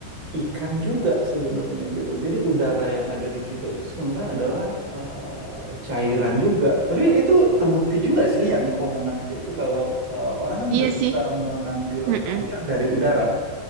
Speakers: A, on the right (about 30°); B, on the right (about 90°).
A: ikan juga sebenarnya gitu. Jadi udara yang ada di kita itu sebenarnya adalah eh, cairan juga. Tapi itu terbukti juga sih yang omongan dia itu kalau eh, orang kan udah
B: Iya
A: bisa
B: sih.
A: mengambil
B: Mm-mm.
A: air dari udara.